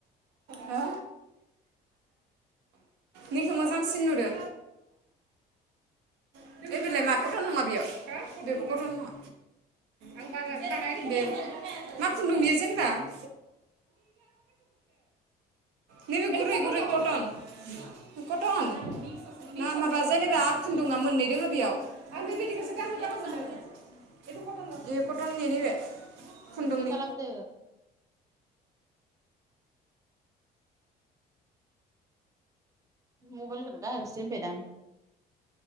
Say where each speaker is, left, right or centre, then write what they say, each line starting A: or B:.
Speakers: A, on the right; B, on the right.
A: हो निखौ मोजांसिन नुदो <unintelligible> नैबेलाय मा कटन नङा बेयाव बेबो कटन नङा <unintelligible> मा खुन्दुं बियो जेनबा <unintelligible> नैबे गुरै गुरै कटन कटन
B: हा
A: नां माबा जेनेबा खुन्दुंआ मोननै <unintelligible> खुन्दुंनि
B: फैसा लाबोदों मबाइल खोनो गाहायावसो दोनबायदां